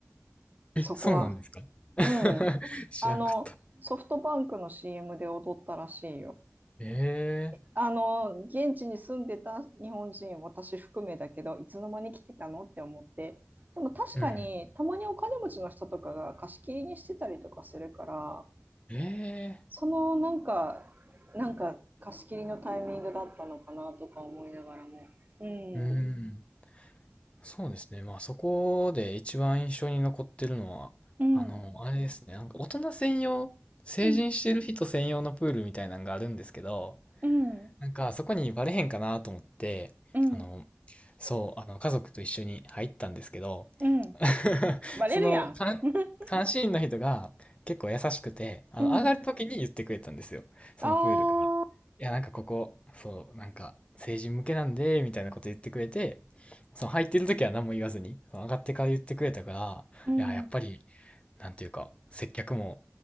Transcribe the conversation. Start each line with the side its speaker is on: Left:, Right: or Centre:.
Right: そこは、
Left: そうなんですか <laughs>
Right: うん。
Left: 知らんかった。
Right: あの、ソフトバンクの CM で踊ったらしいよ。
Left: え
Right: あの、現地に住んでた日本人、私含めだけど、いつの間に来てたのって思って。でも確かに、
Left: えうん。
Right: たまにお金持ちの人とかが貸し切りにしてたりとかするから、
Left: ええ
Right: そのなんか、なんか貸し切りのタイミングだったのかなとか思いながらも。うん。
Left: うん。そうですね。まあそこで一番印象に残ってるのは、
Right: うん
Left: あの、あれですね。なんか大人専用、成人してる人専用のプールみたいなのがあるんですけど、
Right: うん、うん、
Left: なんか、そこにバレへんかなと思って、
Right: うん、
Left: あの、そう、あの、家族と一緒に入ったんですけど、
Right: うん。
Left: <laughs>
Right: バレるやん。
Left: その、監
Right: <laughs>
Left: 監視員の人が結構優しくて、あの、
Right: うん。
Left: 上がる時に言ってくれたんですよ。そのプールから。
Right: ああ。
Left: いや、なんかここ、そう、なんか、成人向けなんで、みたいなこと言ってくれて、その入ってる時は何も言わずに、その上がってから言ってくれたから、
Right: うん。
Left: いや、やっぱり、なんていうか、接客も、